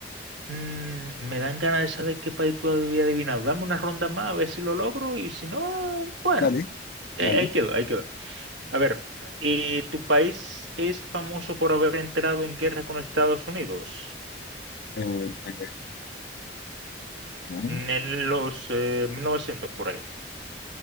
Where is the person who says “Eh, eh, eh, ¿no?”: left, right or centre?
Left